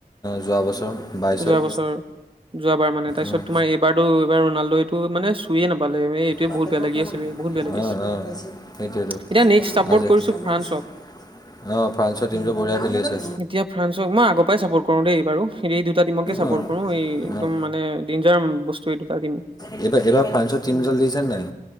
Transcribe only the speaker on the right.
যোৱা বছৰ। যোৱাবাৰ মানে তাৰপিছত
তোমাৰ এইবাৰো এইবাৰ ৰোনাল্ডোইটো মানে চুইে নাপালে। এইটোৱে
বহুত বেয়া লাগি আছে বে, বহুত বেয়া লাগি
আছে
এতিয়া নেক্সট চাপৰ্ট
কৰিছো
ফ্ৰান্সক
এতিয়া ফ্ৰান্সক মই আগৰ পৰাই চাপোৰ্ট কৰো দেই বাৰু এই দুটাটিমকে চাপৰ্ট
কৰো এই একদম
মানে যাম বস্তু এই দুটা দিম।